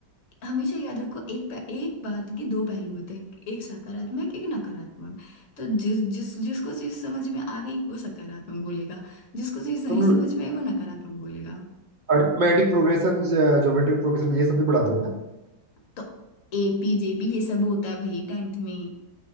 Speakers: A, on the left; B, on the right.
A: हमेशा याद रखो एक प- एक बात के दो पहलू होते हैं एक सकारात्मक एक नकारात्मक तो जिस जिस जिसको चीज समझ में आ गई वो सकारात्मक बोलेगा जिसको चीज नहीं
B: तुम
A: समझ में आई वो नकारात्मक बोलेगा
B: अर्थमेटिक प्रोग्रेशन ज्योमेट्रिक प्रोग्रेशन ये सब भी पढ़ाते हो क्या
A: तो एपी जेपी ये सब होता है भाई टेंथ में